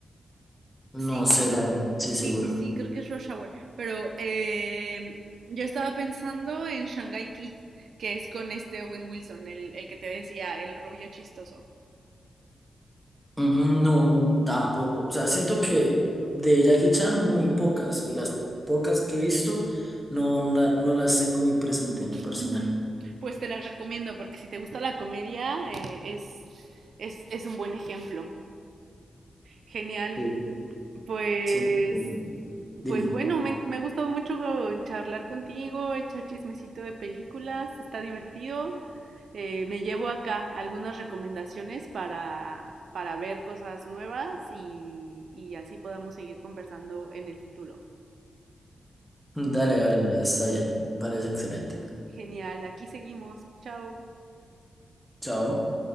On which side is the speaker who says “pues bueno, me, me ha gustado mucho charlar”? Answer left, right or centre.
Right